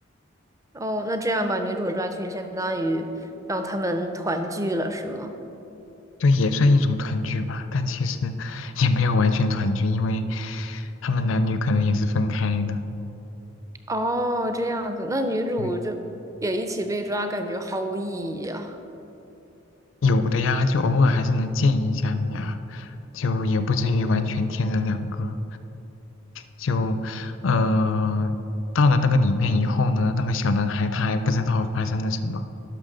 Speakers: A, on the right; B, on the left.
A: 哦，那这样把女主抓去，相当于让他们团聚了，是吗？
B: 对，也算一种团聚吧，但其实也没有完全团聚，因为他们男女可能也是分开的。
A: 哦，这样子，那女主就也一起被抓，
B: 对
A: 感觉毫无意义啊。
B: 有的呀，就偶尔还是能见一下的呀，就也不至于完全天人两个。就，呃，到了那个里面以后呢，那个小男孩他还不知道发生了什么，